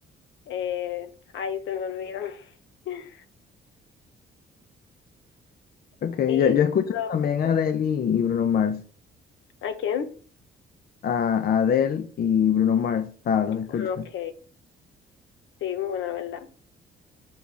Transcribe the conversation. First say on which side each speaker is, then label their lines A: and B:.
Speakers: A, on the left; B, on the left.
A: Eh, ay, se me olvida. <laughs>
B: Ok, yo,
A: Y
B: yo escucho
A: lo,
B: también
A: cosas-
B: a Adele y, y Bruno Mars.
A: ¿a quién?
B: A, a Adele y Bruno Mars, o sea, los escucho.
A: Ah, ok. Sí, muy buena, la verdad.